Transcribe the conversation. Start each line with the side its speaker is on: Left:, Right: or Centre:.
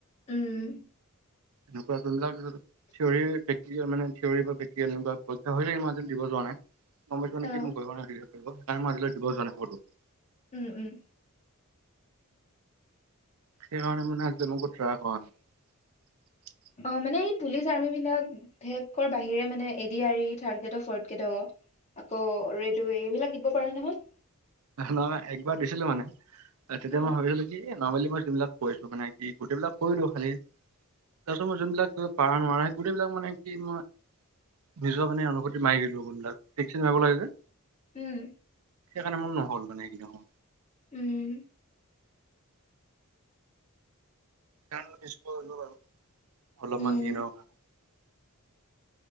Left: উম
Right: এনেকুৱা যোনবিলাক থিৱৰি মানে থিৱৰি বা প্ৰেকটিকেল পৰীক্ষা হৈ থাকে ইমান আজি লেকে দিব যোৱা নাই। <unintelligible>
Left: অ
Right: সকাৰ মাজ লৈ দিব জাই সতটো <unintelligible>
Left: উম-উম
Right: সেইকাৰণে মান একদ মক ্ৰাক হ নাই <unintelligible>
Left: অ মানে এই পুলিচ আৰ্ম বিলাকে বাহিৰে মানে এ ডি আ ই থ্ৰাড গ্ৰেড ফ গ্ৰেড আকৌ ৰে এইবিলাক দিব পাৰা নহয় ৷
Right: নহয় একবাৰ দিছিলো মানে তেতিয়া
Left: অ
Right: মই ভাবিছিলো কি এ নৰ্মেলি মই যোনবিলাক কৈছো মানে কি গোটেইবিলাক কৰিলো খালি তাৰপিছত মই যোনবিলাক পাৰা নোৱাৰা স গোটেইবিলাক মানে কি মই নিজৰ মানে অনুভূতি মাৰি দিলোনাকাৰ লাগে যে
Left: উম
Right: নে মো নহ'ল মানে সেখেনি সময়ত ৷
Left: উম
Right: ছ অলপমান
Left: উম
Right: দিনৰ কাৰণে <unintelligible>